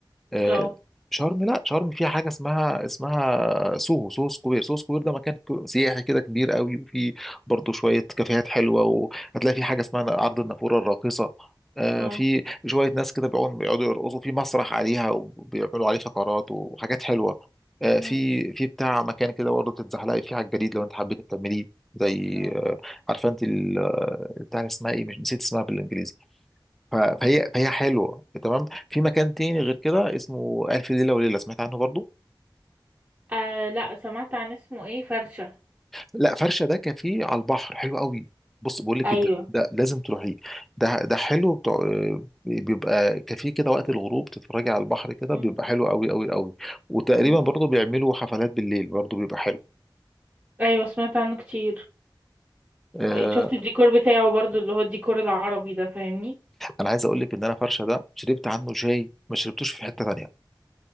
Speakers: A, in the centre; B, on the right.
A: آه،
B: اه
A: شرم لا شرم فيها حاجه اسمها اسمها سوهو سوهو سكوير سوهو سكوير ده مكان كو- سياحي كده كبير قوي وفي برضه شويه كافيهات حلوه وهتلاقي في حاجه اسمها عرض النافوره الراقصه آه،
B: اه
A: في شويه ناس كده بيقعدوا بيقعدوا يرقصوا في مسرح عليها وبيعملوا عليه فقرات وحاجات حلوه آه، في
B: امم
A: في بتاع مكان كده برضه بتتزحلقي فيه على الجليد لو انت حبيت تعمليه زي
B: اه
A: آه، عارفه انت ال- بتاع اسمها ايه مش نسيت اسمها بالانجليزي ف- فهي
B: امم
A: فهي حلوه تمام في مكان تاني غير كده اسمه الف ليله وليله سمعت عنه برضو
B: آه لا سمعت عن اسمه ايه فرشه
A: لا فرشه ده كافيه على البحر حلو قوي بص بقول لك
B: ايوه
A: إيه، ده, ده لازم تروحيه ده ده حلو بتاع بيبقى كافيه كده وقت الغروب تتفرجي على البحر كده
B: امم
A: بيبقى حلو قوي قوي قوي وتقريبا
B: امم
A: برضو بيعملوا حفلات بالليل برضو بيبقى حلو
B: ايوه سمعت عنه كتير
A: آه
B: أي شفت الديكور بتاعه برضو اللي هو الديكور العربي ده فاهمني
A: انا عايز اقول لك ان انا فرشه ده شربت عنه شاي ما شربتوش في حته تانيه